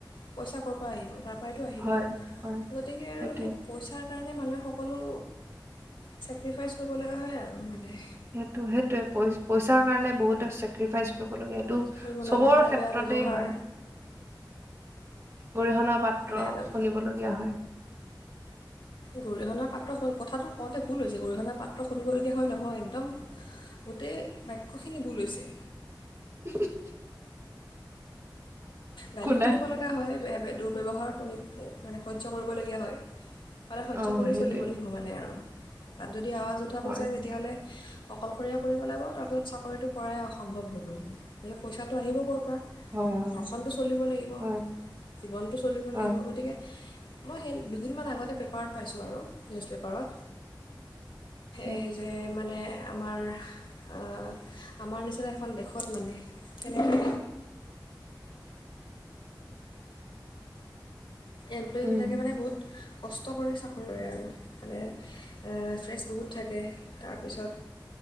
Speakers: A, on the left; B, on the right.
A: পইচা ক'ৰ পৰা আহিব তাৰপৰাইতো আহিব।
B: হয় হয়
A: গতিকে আৰু
B: সেইটোৱে
A: সেই পইচাৰ কাৰণে মানুহে, সকলো চেক্ৰিফাইচ কৰিব লগা হয় আৰু মানে
B: সেইটো সেইটোয়ে পই পইচাৰ কাৰণে বহুতে চেক্ৰিফাইচ কৰিব লগীয়া, টো
A: কৰিব
B: চবৰ
A: লগা হয়
B: ক্ষেত্ৰতেই
A: বেয়া ব্যৱহাৰ
B: হয়। গৰিহনা পাত্ৰ
A: বেয়া বেয়া
B: শুনিবলগীয়া হয়।
A: গৰিহণাৰ পাত্ৰ কথাটো কওঁতে ভুল হৈছে গৰিহণাৰ পাত্ৰ শুনিব দে হয় নহয় একদম, গোটেই বাক্যখিনি ভূল হৈছে।
B: ওহোঁ হু
A: গালি শুনিব
B: নাই।
A: লগা হয় বেয়া বে দুৰ্ব্যৱহাৰ শুনি মানে সহ্য কৰিবলগীয়া হয়। মানে সহ্য
B: অ'
A: কৰিয়ে
B: সেইটোৱে
A: চলিব লাগিব মানে আৰু। তাত যদি আৱাজ উঠাব
B: হয়,
A: যায় তেতিয়াহ'লে, অকলশৰীয়া কৰিব লাগিব তাৰপিছত চাকৰিটো কৰাই অসম্ভৱ হৈ পৰিব কিন্ত পইচাটো আহিব ক'ৰ পৰা
B: হয় হয়।
A: ঘৰ খনটো চলিব লাগিব
B: হয়,
A: জীৱনটো চলিব
B: হয়,
A: লাগিব গতিকে, মই সেই দুদিনমান আগতে পেপাৰত পাইছোঁ আৰু নিউজ পেপাৰত,
B: হয়,
A: এই যে মানে, আমাৰ আ আমাৰ নিচিনা এখন দেশত মানে কেনেকে, এম্প্লয়ীবিলাকে
B: উম,
A: মানে বহুত, কষ্ট কৰি চাকৰি লয় আৰু মানে ফ্ৰেছ বহুত থাকে তাৰপিছত,